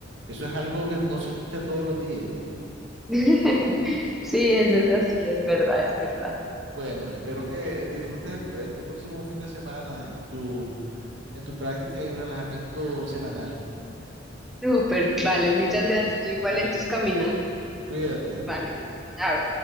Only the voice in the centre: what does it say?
<laughs> Sí, eso es así, es verdad, es verdad.
Súper, vale, muchas gracias. Tú igual
en tus caminadas.
Vale, chao.